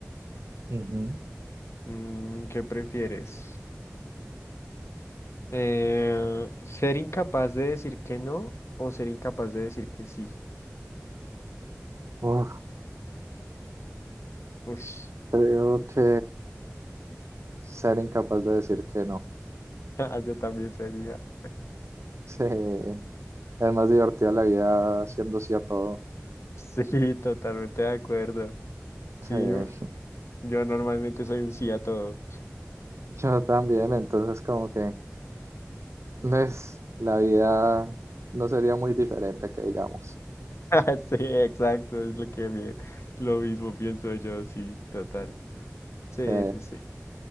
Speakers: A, on the right (about 65°); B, on the left (about 60°).
A: ujú.
B: mm, ¿qué prefieres? Eh, ser incapaz de decir que no o ser incapaz de decir que sí.
A: Uf,
B: Ush,
A: creo que ser incapaz de decir que no.
B: <laughs> ah, yo también sería. <laughs>
A: Sí, es más divertida la vida siendo sí a todo.
B: Sí, totalmente de acuerdo. Sí,
A: Sí,
B: yo normalmente soy un sí a todo.
A: <laughs> yo también, entonces como que no es la vida no sería muy diferente que digamos.
B: <laughs> Sí, exacto, es lo que me- lo mismo pienso yo, sí, total. Sí,
A: Sí,
B: sí, sí,